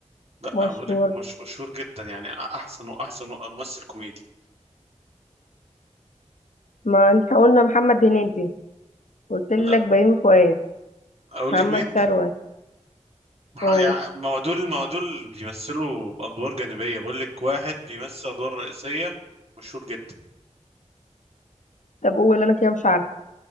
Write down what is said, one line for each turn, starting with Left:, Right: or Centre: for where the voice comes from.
Right: لا
Left: مشهور
Right: أنا بقول لك مش مشهور جدا يعني احسن واحسن ممثل كوميدي
Left: ما احنا قلنا محمد هنيدي قلت لك
Right: لا
Left: بيومي فؤاد
Right: اقول
Left: محمد
Right: لك مين
Left: ثروت
Right: ح-
Left: قول
Right: يع- ما هو دول ما هو دول بيمثلوا ادوار جانبيه بقول لك واحد بيمثل ادوار رئيسيه مشهور جدا
Left: طب قول انا كده مش عارفه